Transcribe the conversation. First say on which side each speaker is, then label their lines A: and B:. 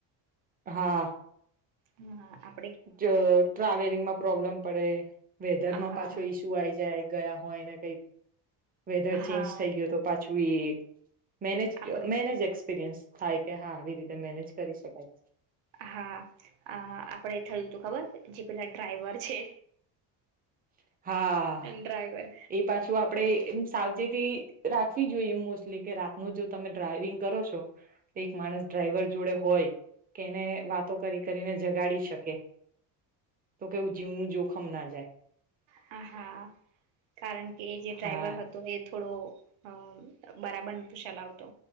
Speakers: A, on the right; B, on the right.
A: હા.
B: હા આપ
A: જ ટ્રાવેલિંગમાં પ્રોબ્લેમ પડે. વેધર માં
B: હા
A: પાછો ઈસ્યુ આઈ જાય. ગયા હોય એને કઈક વેધર ચેન્જ
B: હા
A: થઈ ગયો તો પાછો <unintelligible> મેનેજ,
B: આપડે
A: મેનેજ એક્સપીરિયન્સ. થાય કે હા આવી રીતે મેનેજ કરી શકાય.
B: હા અ આપડે થયું હતું ખબર, જે પેલા ડ્રાઈવર છે.
A: <inaudible> હા
B: ડ્રાઈવર
A: એ પાછું આપડે એમ સાવચેતી રાખ વી જોઈએ મોસ્ટલી કે રાત નું જો તમે ડ્રાઈવિંગ કરો છો એક માણસ ડ્રાઈવર જોડે હોય કે એને વાતો કરી કરીને જગાડી શકે તો કેવું જીવનું જોખમ ના જાય.
B: હા કારણ કે એ જે ડ્રાઈવર
A: હા
B: હતો એ થોડો અ બરાબંધ તુષા લાવતો.